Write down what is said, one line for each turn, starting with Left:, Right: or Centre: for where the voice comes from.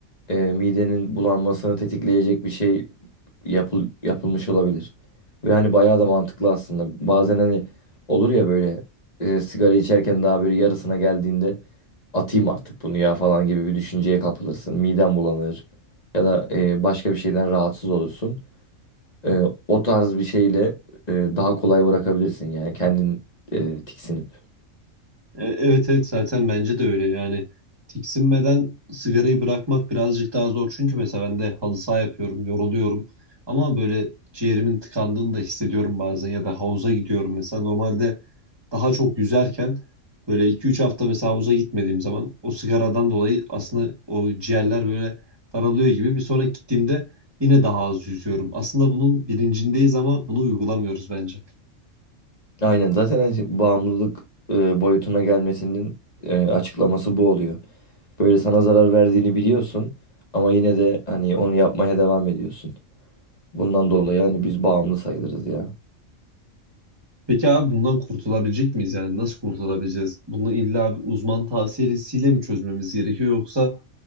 Left: e, midenin bulanmasını tetikleyecek bir şey yapıl yapılmış olabilir. Ve hani bayağı da mantıklı aslında. Bazen hani olur ya böyle e, sigara içerken daha böyle yarısına geldiğinde atayım artık bunu ya falan gibi bir düşünceye kapılırsın. Miden bulanır ya da e, başka bir şeyden rahatsız olursun. E, o tarz bir şeyle e, daha kolay bırakabilirsin yani kendin e, tiksinip.
Right: E, Evet evet zaten bence de öyle yani tiksinmeden sigarayı bırakmak birazcık daha zor çünkü mesela ben de halı saha yapıyorum yoruluyorum ama böyle ciğerimin tıkandığını da hissediyorum bazen ya da havuza gidiyorum mesela normalde daha çok yüzerken böyle iki üç hafta mesela havuza gitmediğim zaman o sigaradan dolayı aslında o ciğerler böyle daralıyor gibi bir sonraki gittiğimde yine daha az yüzüyorum aslında bunun bilincindeyiz ama bunu uygulamıyoruz bence.
Left: Aynen zaten hani bağımlılık e, boyutuna gelmesinin e, açıklaması bu oluyor. Böyle sana zarar verdiğini biliyorsun ama yine de hani onu yapmaya devam ediyorsun. Bundan dolayı hani biz bağımlı sayılırız ya.
Right: Peki abi bundan kurtulabilecek miyiz yani? Nasıl kurtulabileceğiz? Bunu illa bir uzman tavsiyesiyle mi çözmemiz gerekiyor yoksa